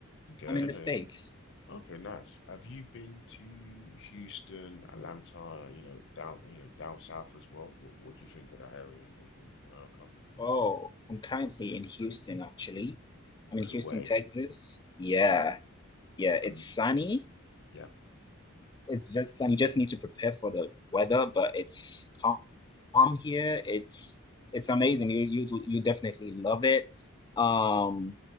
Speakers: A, on the left; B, on the left.
A: Okay,
B: I'm
A: I
B: in
A: don't
B: the
A: know
B: States.
A: if okay, nice. Have you been to Houston, Atlanta, you know, down you know, down south as well? What what do you think of that area in, in, in America?
B: Oh, I'm currently in Houston, actually.
A: No
B: I'm in Houston,
A: way.
B: Texas. Yeah, yeah,
A: Um,
B: it's sunny.
A: yeah,
B: It's just sunny. You just need to prepare for the weather, but it's calm calm here. It's it's amazing. You you you definitely love it. Um,